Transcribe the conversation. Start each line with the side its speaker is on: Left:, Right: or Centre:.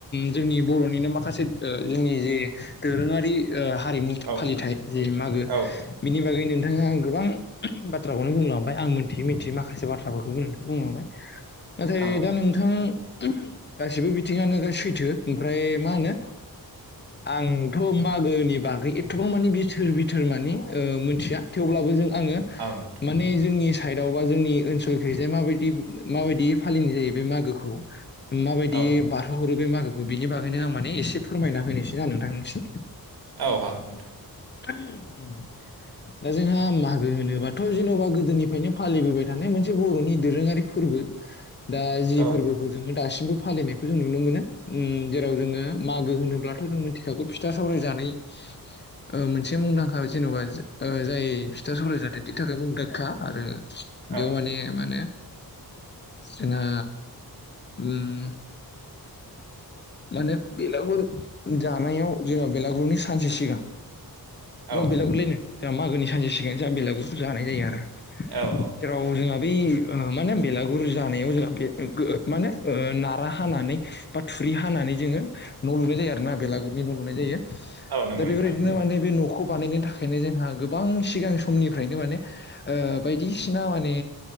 Left: जोंनि बर'निनो माखासे जोंनि जे दोरोङारि ओ हारिमु
Right: औ
Left: फालिथाय जे मागो
Right: औ
Left: बिनि बागै नोंथाङा गोबां बाथ्राखौनो बुंलांबाय आं मिथियै मिथियै माखासे बाथ्राफोरखौबो नोंथाङा बुंलांबाय नाथाय
Right: औ
Left: दा नोंथां गासिबो बिथिङानो दा सैथो ओमफ्राय मा होनो आंथ' मागोनि बागै एथ'बां मानि बिथोर बिथो र माने ओ मोनथिआ थेवब्लाबो जों आङो
Right: औ नोंथां
Left: साइदआव बा जोंनि ओनसोलखै जे माबायदि माबायदि फालिनाय जायो बे मागोखौ माबायदि
Right: औ औ
Left: बारहोहरो बे मागोखौ बिनि बागैनो आं माने एसे फोरमायना होनोसै आं नोंथांनिसिम
Right: औ हागोन
Left: <unintelligible> दा जोंहा मागो होनोबाथ' जेन'बा गोदोनिफ्रायनो फालिबोबाय थानाय मोनसे बर'नि दोरोङारि फोरबो दा जि
Right: औ
Left: फोरबोखौ
Right: औ
Left: जोङो दासिमबो फालिनायखौ जों नुनो मोनो ओम जेराव जोङो मागो होनोब्लाथ' जों मिथिखागौ फिथा सौराय जानाय <inaudible> ओ मोनसे मुंदांखा जेन'बा ओ जाय फिथा सौराय जानायनि थाखाय मुंदांखा आरो
Right: औ
Left: बेयाव माने माने जोंहा उम माने बेलागुर जानायाव जेनेबा बेलागुरनि सानसे सिगां न'
Right: औ
Left: बेलागुरलायनो जोंहा मागोनि सानसे सिगां जोंहा बेलागुरफोर जानाय जायो आरो। जेराव
Right: औ औ
Left: जोंहा बै ओ माने बेलागुर जानायाव जोंहा बे गो माने ओ नारा हानानै बा थुरि हानानै जोङो न' लुनाय जायो आरोना बेलागुरनि न' लुनाय जायो
Right: औ नंगौ
Left: दा बेबायदिनो
Right: नोंथां
Left: माने बे न'खौ बानायनो थाखायनो जोंहा गोबां सिगां समनिफ्रायनो माने ओ बायदिसिना माने